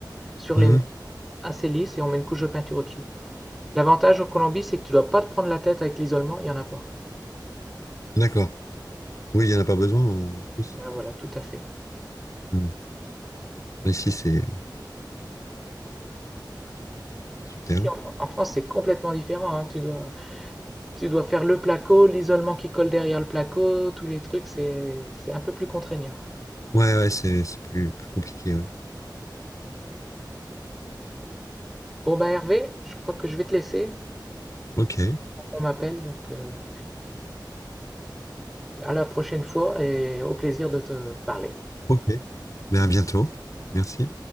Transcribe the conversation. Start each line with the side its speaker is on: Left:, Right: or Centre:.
Centre: sur
Left: Hmm.
Centre: les murs, assez lisse, et on met une couche de peinture au-dessus. L'avantage en Colombie, c'est que tu dois pas te prendre la tête avec l'isolement, il n'y en a pas.
Left: D'accord. Oui, il n'y en a pas besoin en plus.
Centre: Ben voilà, tout à fait.
Left: Hmm. Ici, c'est c'est super.
Centre: Ici, en, en France, c'est complètement différent. hein. Tu dois, tu dois faire le placo, l'isolement qui colle derrière le placo, tous les trucs, c'est, c'est un peu plus contraignant.
Left: Ouais, ouais, c'est c'est plus, plus compliqué. Ouais.
Centre: Bon, ben Hervé, je crois que je vais te laisser.
Left: Ok,
Centre: On m'appelle, donc euh, à la prochaine fois et au plaisir de te parler.
Left: ok. Mais à bientôt. Merci.